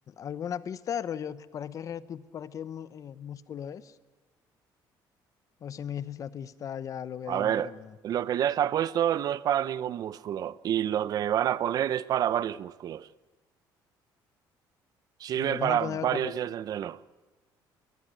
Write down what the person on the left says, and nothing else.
¿alguna pista, rollo? ¿Para qué, re- tipo- para qué mu- eh, músculo es? O si me dices la pista, ya lo voy
a adivinar
de una.
Eh, van
a poner
otra polea.